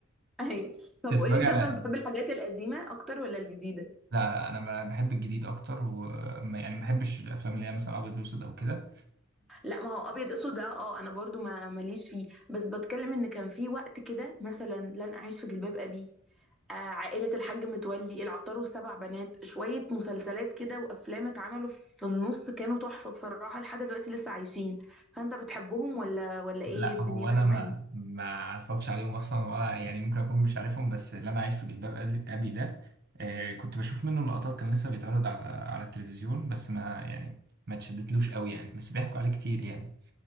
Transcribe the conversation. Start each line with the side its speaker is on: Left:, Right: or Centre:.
Centre: ايوه طب
Right: تتفرج
Centre: قولي انت
Right: على
Centre: مثلا
Right: إيه؟
Centre: بتحب الحاجات القديمه اكتر ولا الجديده
Right: لا لا انا ب- بحب الجديد اكتر وما يعني ما بحبش الافلام اللي هي مثلا ابيض واسود او كده
Centre: لا ما هو ابيض اسود ده اه انا برضو ما ماليش فيه بس بتكلم ان كان في وقت كده مثلا لن اعيش في جلباب ابي آه عائله الحاج متولي العطار والسبع بنات شويه مسلسلات كده وافلام اتعملوا في النص كانوا تحفه بصراحه لحد دلوقتي لسه عايشين فانت بتحبهم ولا ولا
Right: لا
Centre: ايه دنيتك
Right: هو انا ما
Centre: معاهم
Right: ما اتفرجش عليهم اصلا ولا يعني ممكن اكون مش عارفهم بس اللي انا عايش في جلباب ابي أبي ده آه كنت بشوف منه لقطات كان لسه بيتعرض على على التلفزيون بس ما يعني ما اتشدتلوش قوي يعني بس بيحكوا عليه كتير يعني